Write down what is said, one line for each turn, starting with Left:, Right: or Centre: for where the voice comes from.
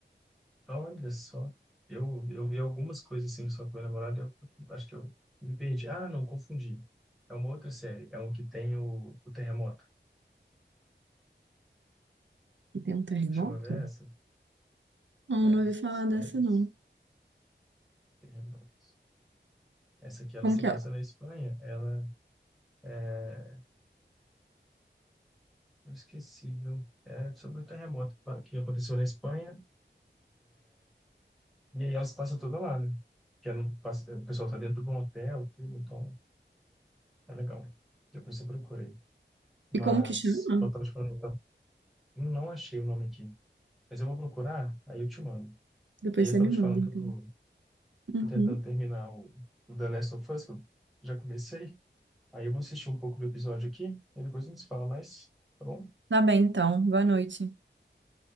Centre: Ah, Olha só. Eu, eu vi algumas coisas assim só com meu namorado, eu acho que eu me perdi. Ah, não, confundi. É uma outra série. É um que tem o, o terremoto.
Right: que tem um terremoto.
Centre: Chegou a ver essa?
Right: Não,
Centre: É,
Right: não ouvi falar
Centre: séries,
Right: dessa, não.
Centre: terremotos. Essa aqui, ela
Right: Como
Centre: se
Right: que
Centre: passa
Right: é?
Centre: na Espanha. Ela, é, inesquecível. É sobre o terremoto que aconteceu na Espanha E aí elas passam toda lá, né? Que não passa, o pessoal tá dentro de um hotel, tudo, então é legal. Depois você procura aí. Mas
Right: E como que chama?
Centre: eu tava te falando, eu tava- não achei o nome aqui. Mas eu vou procurar, aí eu te mando.
Right: Depois
Centre: E aí
Right: você
Centre: eu tava
Right: me manda,
Centre: te falando
Right: então.
Centre: que eu tô,
Right: Uhum.
Centre: tô tentando terminar o, o The Last of Us, que eu já comecei. Aí eu vou assistir um pouco do episódio aqui, e depois a gente se fala mais, tá bom?
Right: Tá bem, então. Boa noite.